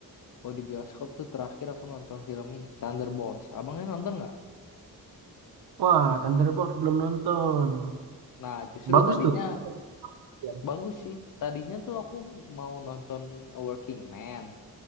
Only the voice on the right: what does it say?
wah Thunderbolts belum nonton,
bagus
tuh. <laughs> Gimana tuh? Ya.